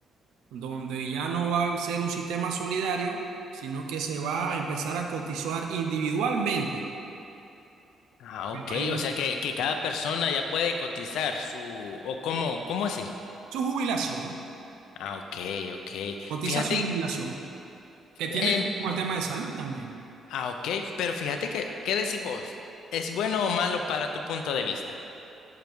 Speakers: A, on the right; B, on the left.
A: donde ya no va a ser un sistema solidario, sino que se va a empezar a cotizar individualmente.
B: Ah,
A: Pero
B: ok,
A: hay un,
B: o sea que, que cada persona ya puede cotizar su... ¿O cómo, cómo así?
A: su jubilación,
B: Ah, ok, ok.
A: cotiza
B: Fíjate,
A: su jubilación, que tiene
B: em,
A: que ver con el tema de salud también.
B: ah, ok, pero fíjate que, ¿qué decís vos? ¿Es bueno o malo para tu punto de vista?